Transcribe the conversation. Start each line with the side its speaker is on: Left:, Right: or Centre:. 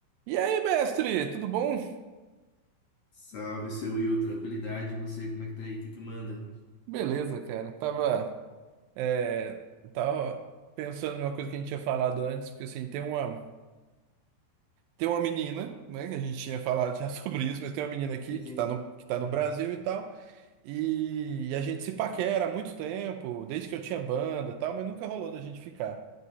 Right: E aí, mestre, tudo bom?
Left: Salve, seu Will. Tranquilidade. E você, como é que tá aí? O que que manda?
Right: Beleza, cara. Tava, é, tava pensando numa coisa que a gente tinha falado antes, porque assim, tem uma, tem uma menina, né, que a gente tinha falado já <laughs> sobre isso, mas tem uma menina aqui
Left: Sim,
Right: que
Left: sim.
Right: tá no, que tá no
Left: É.
Right: Brasil e tal, e, e a gente se paquera há muito tempo, desde que eu tinha banda e tal, mas nunca rolou da gente ficar.